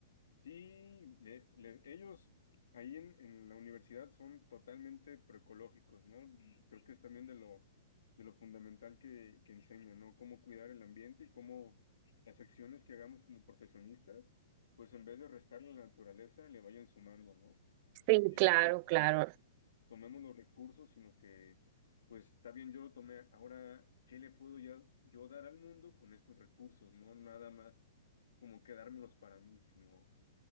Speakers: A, on the left; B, on the right.
A: Sí, le- le- ellos ahí en, en la universidad son totalmente proecológicos, ¿no? Y Creo que es también de lo, de lo fundamental que, que enseñan, ¿no? Cómo cuidar el ambiente y cómo las acciones que hagamos como profesionistas, pues en vez de restarle a la naturaleza, le vayan sumando, ¿no?
B: Sí,
A: Eh,
B: claro, claro.
A: tomemos los recursos, sino que, pues está bien, yo lo tomé, ahora, ¿qué le puedo ya, yo dar al mundo con estos recursos? No nada más como quedármelos para mí, sino